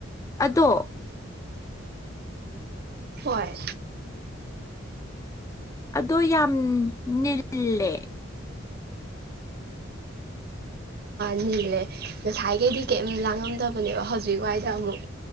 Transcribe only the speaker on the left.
ꯑꯗꯣ
ꯑꯣ ꯌꯥꯝ ꯅꯤꯜꯂꯦ